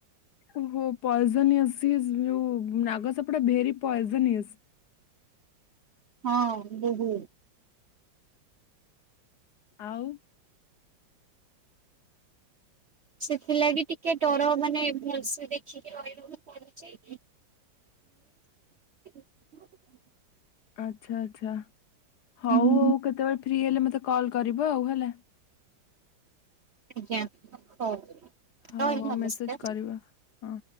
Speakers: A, on the left; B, on the right.
A: ଓହୋ ପଏଜନଜି ଭିଉ ନାଗସାପଟା ଭେରି ପଏଜନନିଜ୍।
B: ହଁ ବହୁତ।
A: ଆଉ।
B: <unintelligible> ଥିଲା କି ଟିକେ ଡର ମାନେ ଭଲସେ ଦେଖିକି ରହିବାକୁ ପଡୁଛି। <unintelligible>
A: ଆଚ୍ଛା ଆଚ୍ଛା ହଉ
B: ହୁଁ
A: ହଉ କେତେବେଳେ ଫ୍ରି ହେଲେ ମତେ କଲ୍ କରିବ ଆଉ ହେଲା।
B: ଆଜ୍ଞା ହ ହଉ। ରହିଲି
A: ହଉ ହଉ
B: ନମସ୍କାର।
A: ମେସେଜ କରିବ ହଁ।